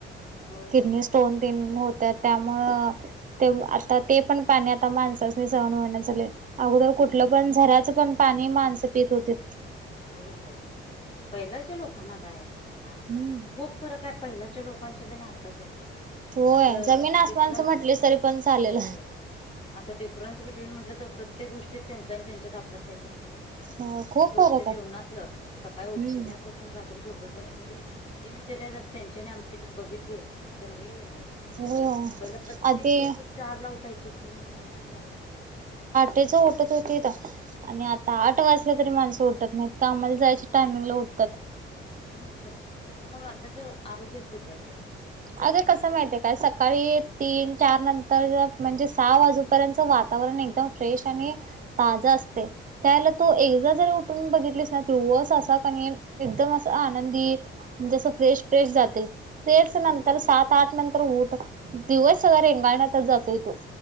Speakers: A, on the left (about 25°); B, on the right (about 40°).
A: हम्म होय होय
B: किडनी स्टोन त हो तर त्यामु ते आता ते पण पाणी आता माणसा सहण होहिन झाले अगोदर कुठलं
A: हम्म
B: पण झराचं पण पाणी माणस पेत होते
A: होय होय पहिल्याच्या लोकांना काय ह आ
B: हम्म.
A: खूप फरक आहे पहिल्याच्या लोकांच्या तर नाही आत्ताच्यात
B: होय
A: असं
B: जमीन आसमानच
A: डिफरन्स
B: म्हटलं तरी पण चालेल.
A: होय असं डिफरन्स बिट्विन म्हटलं तर प्रत्येक गोष्टीत त्यांच आणि त्यांच्यात आपल्या काहीतरी
B: हो खूप
A: जेवनातलं
B: आहे.
A: सकाळी उठल्यापासून
B: हम्म
A: रात्री झोपेपर्यंत जरी दिनचर्या ज त्यांच्याने आमची बघितली आहे तर लई वेगळे
B: होय होय
A: पहिला प्रत्येक
B: आधी
A: लोक चार ला उठायचे तीन वाजता चार वाजता
B: ते ज उठत होते ते आणि आता आठ वाजला तरी माणसं उठत नाहीत का आमला जायचे टायमिंगला उठतात
A: हम् तसंच झालंय त्यामु आताच आरोग्यच बिघडलंय
B: अरे कसं माहिती आहे काय सकाळी तीन चार नंतर म्हणजे सहा वाजूपर्यंत वा वातावरण एकदम फ्रेश आणि ताज असते त्याला
A: हम्म
B: तू एकदा जर उठून बघितलीस ना शवस असा क एकदम अस आनंदी म्हणजे असं फ्रेश फ्रेश जाते तेच नंतर
A: हा
B: सात आठ नंतर उठ दिवस सगळ
A: होय
B: रेंगाण आता जातोय तो